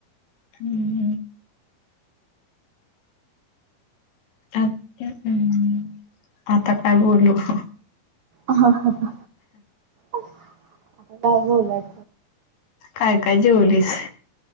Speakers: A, on the left; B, on the right.
A: हम्म <unintelligible> आता काय बोलू <unintelligible>
B: ह ह ह आता काय बोलायच
A: काय काय जेवलीस?